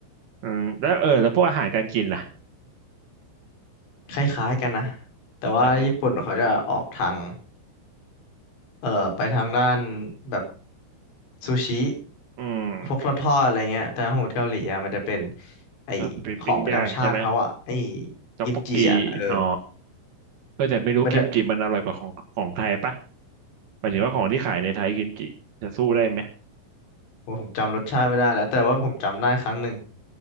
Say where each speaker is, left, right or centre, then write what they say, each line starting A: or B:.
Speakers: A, on the right; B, on the left.
A: อืมแล้วเออแล้วพวกอาหารการกินล่ะ
B: คล้ายๆกันนะ แต่ว่าญี่ปุ่นเขาจะออกทาง
A: ใช่ก็
B: เอ่อไปทางด้านแบบซูชิ
A: อืม
B: พวกทอดๆอะไรเงี้ยแต่ของเกาหลีอ่ะมันจะเป็นไอ
A: ถ้าไปปิ้งย่างใช่ไหม
B: ของประจำชาติเขาอ่ะไอ
A: ต๊อกบกกีอ๋อ
B: กิมจิอ่ะเออ
A: เออแต่ไม่รู้กิมจิมันอร่อยกว่าของของไทยปะ
B: มันจะ
A: หมายถึงว่าของที่ขายในไทยกิมจิจะสู้ได้ไหม
B: ว่าผมจำรสชาติไม่ได้แล้วแต่ว่าผมจำได้ครั้งหนึ่ง